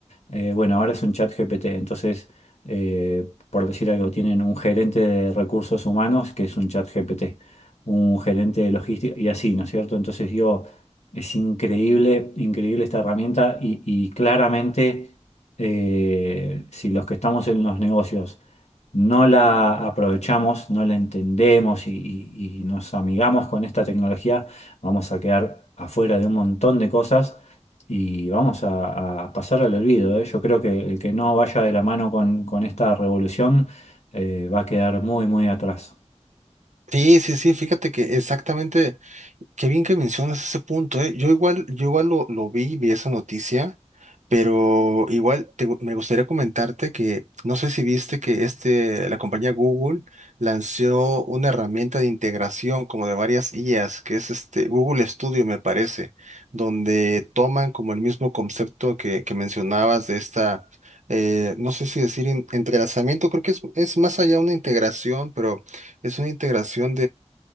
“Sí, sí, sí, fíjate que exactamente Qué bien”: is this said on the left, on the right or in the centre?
Right